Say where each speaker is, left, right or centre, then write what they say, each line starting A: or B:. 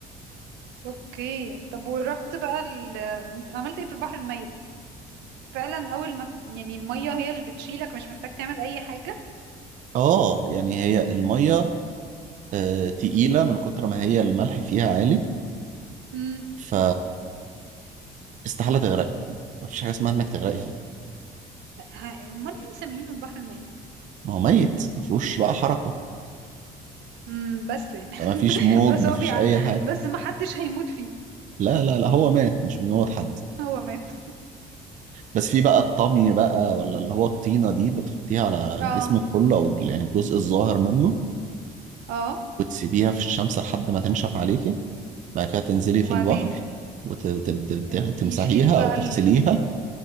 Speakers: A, on the right; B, on the right.
A: اوكي طب ورحت بقى ال... انت عملت ايه في البحر الميت فعلا اول ما بت... يعني المية هي اللي بتشيلك مش محتاج تعمل اي حاجة
B: اه يعني هي المية آه، تقيلة من كتر ما هي الملح فيها عالي
A: امم
B: ف استحالة تغرقي مفيش حاجة اسمها انك تغرقي فيه
A: ه- امال ليه مسمينه البحر الميت
B: ما هو ميت مفيهوش بقى حركة
A: امم بس يعني.
B: ما فيش موج
A: بس
B: ما
A: هو
B: فيش
A: بيع
B: اي حاجه
A: بس ما حدش هيموت فيه
B: لا لا لا هو مات مش بيموت حد
A: هو مات
B: بس في بقى الطمي بقى ولا اللي هو الطينه دي بتحطيها على
A: اه
B: جسمك كله او يعني الجزء الظاهر منه
A: اه
B: وتسيبيها في الشمس لحد ما تنشف عليكي بعد كده تنزلي
A: وبعدين
B: في البحر وتمسحيها
A: ال... يشيل بقى
B: او تغسليها
A: ال...